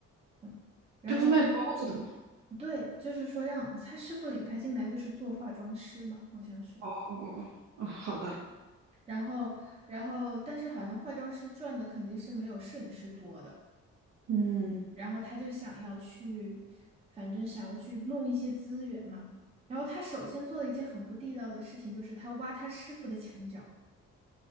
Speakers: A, on the right; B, on the right.
A: 嗯，然后
B: 他不是卖包子的吗？
A: 对，就是说让他师傅领他进来，就是做化妆师嘛，好像是。
B: 哦哦哦，哦哦，好的，
A: 然后，然后，但是好像化妆师赚的肯定是没有摄影师多的。
B: 嗯，
A: 然后他就想要去，反正想要去弄一些资源嘛。然后他首先做了一件很不地道的事情，就是他挖他师傅的墙角。